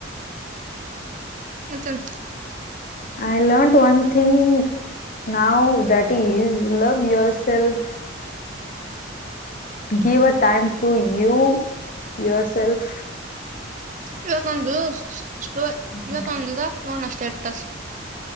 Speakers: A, on the right; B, on the left.
A: ಹ <unintelligible>
B: ಐ ಲಾಂಟ್ ಒನ್ ಥಿಂಗ್ ನಾವ್ that is love yourself give a time to you yourself
A: ಇವತ್ತೊಂದು ಸ್ಟ
B: ಥಿಂಗ್
A: ಇವತ್ತೊಂದು ಇದಕ್ ನೋಡಣ ಸ್ಟೇಟಸ್